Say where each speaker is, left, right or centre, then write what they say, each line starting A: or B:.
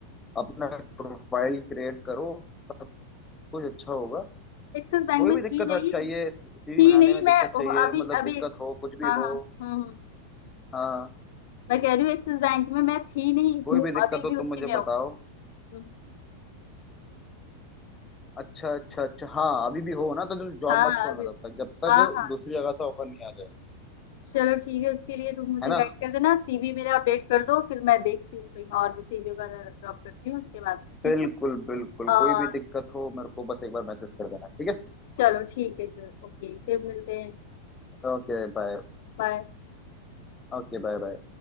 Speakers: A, on the left (about 15°); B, on the left (about 55°).
A: अपना प्रोफाइल क्रिएट करो सब कुछ अच्छा होगा
B: Axis bank
A: कोई
B: में
A: भी
B: थी
A: दिक्कत
B: नहीं
A: है- चाहिए सीवी
B: थी
A: बनाने
B: नहीं
A: में
B: मैं
A: दिक्कत चाहिए
B: अभी
A: मतलब
B: अभी
A: दिक्कत हो कुछ भी
B: हाँ
A: हो
B: हाँ हम्म हम्म।
A: हाँ
B: मैं कह रही हूँ एक्सिस बैंक में मैं थी नहीं
A: कोई
B: हूँ
A: भी दिक्कत
B: अभी
A: हो
B: भी उसी
A: तुम मुझे
B: में हूँ
A: बताओ
B: हम्म,
A: अच्छा अच्छा अच्छा हाँ अभी भी हो ना तो जॉब
B: हाँ
A: मत छोड़ना
B: अभी भी।
A: तब तक जब तक
B: हाँ हाँ
A: दूसरी जगह से ऑफर नहीं आ जाए
B: चलो ठीक है उसके लिए तुम मुझे
A: है ना
B: गाइड कर देना सीवी मेरा अपडेट कर दो फिर मैं देखती हूँ कहीं और सीवी वगैरह ड्रॉप करती हूँ उसके बाद ठीक
A: बिल्कुल
B: है
A: बिल्कुल
B: आ,
A: कोई भी दिक्कत हो मेरे को बस एक बार मैसेज कर देना ठीक है
B: चलो ठीक है फिर ओके फिर मिलते हैं
A: Okay bye
B: बाय
A: Okay bye bye